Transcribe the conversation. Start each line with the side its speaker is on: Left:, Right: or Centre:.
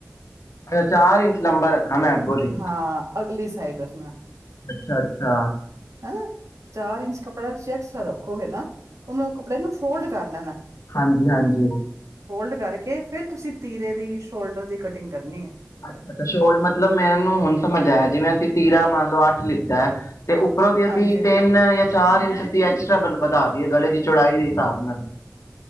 Left: ਅੱਛਾ ਚਾਰ ਇੰਚ ਲੰਬਾ ਰੱਖਾ ਮੈਂ ਅੱਗੋਂ ਦੀ,
Right: ਹਾਂ ਅਗਲੀ ਸਾਈਡ ਰੱਖਣਾ
Left: ਅੱਛਾ-ਅੱਛਾ।
Right: ਹਨਾ, ਚਾਰ ਇੰਚ ਕਪੜਾ ਤੂਸੀ ਐਕਸਟਰਾ ਰੱਖੋ। ਰਖੋਗੇ ਨਾ, ਉਹਨੂੰ ਉਹ ਕੱਪੜੇ ਨੂੰ ਫੋਲਡ ਕਰ ਲੈਨਾ ਐ।
Left: ਹਾਂਜੀ-ਹਾਂਜੀ।
Right: ਫੋਲਫ ਕਰਕੇ ਫੇਰ ਤੁਸੀਂ ਤੀਰੇ ਦੀ, ਸ਼ੋਲਡਰ ਦੀ ਕਟਿੰਗ ਕਰਨੀ ਐ।
Left: ਅੱਛਾਾ ਸ਼ੋਲ ਮਤਲਬ ਮੈਨੂੰ ਹੁਨ ਸਮਝ ਆਇਆ ਜਿਵੇਂ ਅਸੀਂ ਤੀਰਾ ਮੰਨ ਲਓ ਅੱਠ ਲਿਤਾ ਐ। ਤੇ ਉਪਰੋਂ ਦੀ ਅਸੀਂ
Right: ਹਾਂਜੀ
Left: ਤਿੰਨ ਯਾ ਚਾਰ ਇੰਚ ਅਸੀਂ ਐਕਸਟਰਾ ਵਧਾ ਦੀਏ ਗਲੇ ਦੀ ਚੌੜਾਈ ਦੇ ਹਿਸਾਬ ਨਾਲ।